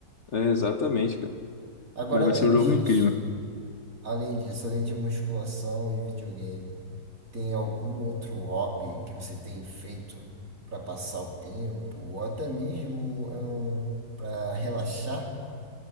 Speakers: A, on the left; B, on the right.
A: É, exatamente, cara.
B: Agora,
A: Mas vai
B: além
A: ser um jogo
B: disso,
A: incrível.
B: além disso, além de musculação e videogame, tem algum outro hobby que você tem feito pra passar o tempo, ou até mesmo para relaxar?